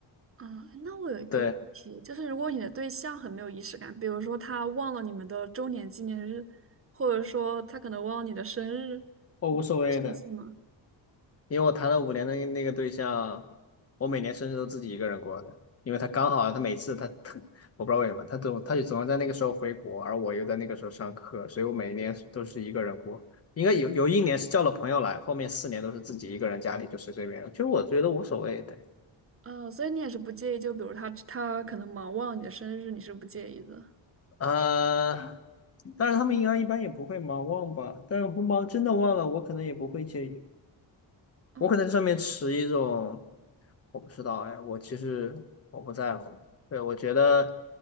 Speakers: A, on the right; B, on the left.
A: 啊，那我有一个问题，
B: 对，
A: 就是如果你的对象很没有仪式感，比如说他忘了你们的周年纪念日，或者说他可能忘了你的生日，
B: 我无所谓的，
A: 你会生气吗？
B: 因为我谈了五年的那个对象，我每年生日都自己一个人过的，因为他刚好他每次他特，我不知道为什么，他总他就总要在那个时候回国，而我又在那个时候上课，所以我每年都是一个人过。应该有有一年是叫了朋友来，后面四年都是自己一个人家里就随随便，就我觉得无所谓，对。
A: 呃，所以你也是不介意，就比如他他可能忙忘了你的生日，你是不介意的。
B: 呃，但是他们应该一般也不会忙忘吧，但是不忙真的忘了，我可能也不会介意，
A: 哦
B: 我可能上面持一种我不知道，哎，我其实我不在乎，对，我觉得